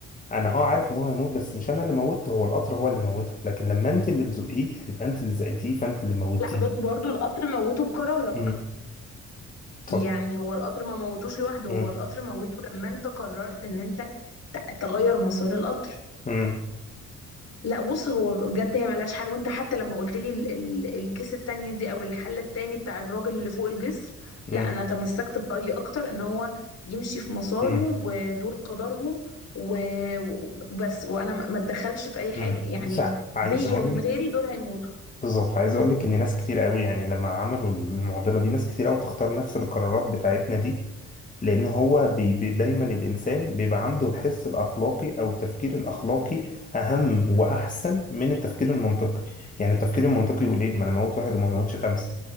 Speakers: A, on the left; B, on the left.
A: انا اه عارف ان هو هيموت بس مش انا اللي موتته هو القطر هو اللي موته لكن لما انت اللي تزقيه هيبقى انت اللي زقتيه فانت اللي موتيه
B: لا بس برضو القطر موته بقرارك
A: امم طب
B: يعني هو القطر ما موتوش لوحده
A: امم
B: هو القطر موته لما انت قررت ان انت ت- تغير مسار القطر
A: امم
B: لا بص هو بجد هي ملهاش حل وانت حتى لما قلت لي ال ال الكيس التانية دي او الحل التاني بتاع الراجل اللي فوق الجسر
A: امم
B: لا انا تمسكت برأيي اكتر ان هو يمشي في مساره
A: امم
B: ودول قدرهم و- وبس وانا ما ما اتدخلش في اي حاجة
A: أمم.
B: يعني
A: بص ع- عايز
B: بيا
A: اقول
B: من
A: لك
B: غيري دول هيموتوا
A: بالظبط عايز اقول لك ان ناس كتير قوي يعني لما عملوا المعضله دي ناس كتير قوي بتختار نفس القرارات بتاعتنا دي لان هو بي بي دايما الانسان بيبقى عنده الحس الاخلاقي او التفكير الاخلاقي اهم واحسن من التفكير المنطقي يعني التفكير المنطقي يقول ايه ما انا موت واحد وما موتش خمسه